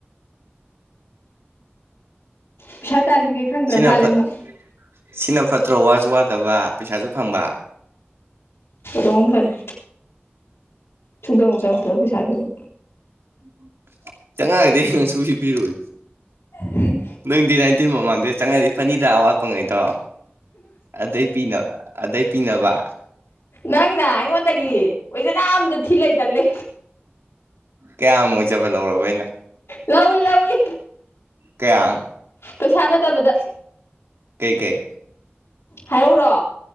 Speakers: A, on the left; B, on the right.
A: ꯄꯩꯁꯥ ꯇꯥꯜꯂꯤꯒꯦ ꯈꯪꯗ꯭ꯔꯥ
B: ꯁꯤꯅ
A: ꯃꯥꯜꯂꯦ
B: ꯐꯠ
A: ꯃꯣꯏ
B: ꯁꯤꯅ ꯐꯠꯇ꯭ꯔꯣ ꯋꯥꯁꯨ ꯋꯥꯗꯕ ꯄꯩꯁꯥꯁꯨ ꯐꯪꯕ
A: ꯔꯣꯡ ꯐꯔ ꯊꯨꯡꯖꯪ ꯆꯪꯊꯕ ꯄꯩꯁꯥꯖꯕ
B: ꯎꯝ ꯆꯪꯉꯛꯒꯗꯤ ꯑꯩꯅꯥ ꯁꯨꯡꯄꯤ ꯄꯤꯔꯣꯏ
A: ꯎꯝ
B: ꯅꯣꯏꯇꯤ ꯅꯥꯏꯟꯇꯤꯟ ꯃꯃꯥꯡꯗꯩ ꯆꯪꯉꯗꯤ ꯐꯅꯤꯗꯥ ꯋꯥꯠꯄꯉꯩꯗꯣ ꯑꯗꯩ ꯄꯤꯅꯕ ꯑꯗꯩ ꯄꯤꯅꯕ
A: ꯅꯪꯅ ꯑꯩꯉꯣꯟꯗꯒꯤ ꯑꯣꯏꯖꯅꯥ ꯑꯗ ꯊꯤ ꯂꯩꯇꯜꯂꯦ
B: ꯀꯌꯥꯝ ꯑꯣꯏꯖꯕ ꯂꯧꯔꯕ ꯑꯩꯅ
A: ꯂꯧꯏ ꯂꯧꯏ
B: ꯀꯌꯥꯝ
A: ꯄꯩꯁꯥ ꯅꯠꯇꯕꯗ
B: ꯀꯩ ꯀꯩ
A: ꯍꯥꯏꯔꯧꯔꯣ